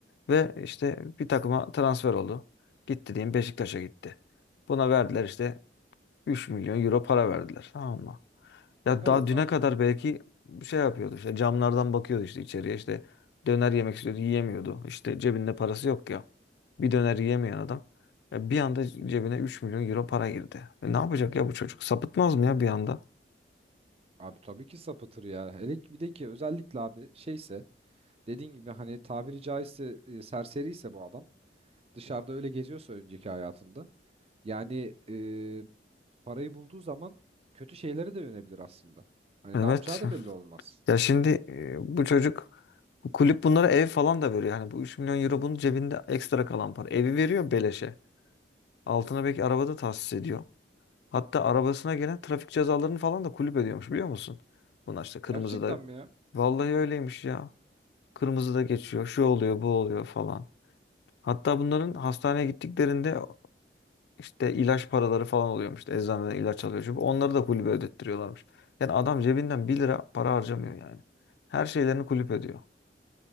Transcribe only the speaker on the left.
Ve işte bir takıma transfer oldu. Gitti diyeyim Beşiktaş'a gitti. Buna verdiler işte 3 milyon euro para verdiler. Tamam mı? Ya
daha düne
kadar belki şey yapıyordu işte camlardan bakıyordu işte içeriye işte döner yemek istiyordu yiyemiyordu. İşte cebinde parası yok ya. Bir döner yiyemeyen adam e, bir anda cebine 3 milyon euro para girdi. E, ne yapacak ya bu çocuk? Sapıtmaz mı ya bir anda?
Evet.
Ya şimdi e, bu çocuk bu kulüp bunlara ev falan da veriyor. Yani bu 3 milyon euro bunun cebinde ekstra kalan para. Evi veriyor beleşe. Altına belki arabada tahsis ediyor. Hatta arabasına gelen trafik cezalarını falan da kulüp ediyormuş biliyor musun? Bunlar işte kırmızıda.
Vallahi öyleymiş ya. Kırmızıda geçiyor. Şu oluyor, bu oluyor falan. Hatta bunların hastaneye gittiklerinde işte ilaç paraları falan oluyormuş. İşte Eczaneden ilaç alıyor. Şu bu. onları da kulübe ödettiriyorlarmış. Yani adam cebinden bir lira para harcamıyor yani. Her şeylerini kulüp ediyor.